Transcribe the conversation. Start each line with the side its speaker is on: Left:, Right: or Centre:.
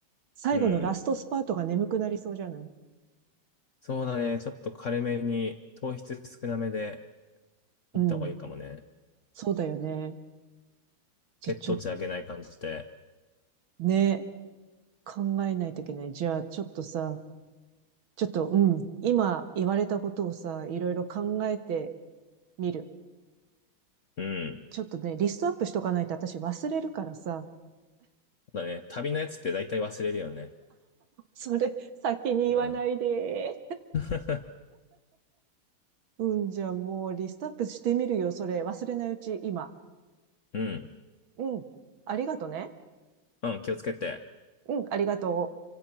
Right: 最後のラストスパートが眠くなりそうじゃない
Left: うん。そうだね。ちょっと軽めに、糖質少なめで
Right: うん。
Left: 行った方がいいかもね。
Right: そうだよね。じゃ、
Left: 血糖値上げない感じで。
Right: ちょ、ね、考えないといけない。じゃあ、ちょっとさ、ちょっと、うん。今言われたことをさ、いろいろ考えてみる。
Left: うん。
Right: ちょっとね、リストアップしとかないと私忘れるからさ。
Left: だね。旅のやつって大体忘れるよね。
Right: それ、先に言わないで。
Left: うん。<laughs>
Right: うん、じゃあもうリストアップしてみるよ、それ。忘れないうち、今。
Left: うん。
Right: うん。ありがとね。
Left: うん、気をつけて。
Right: うん、ありがとう。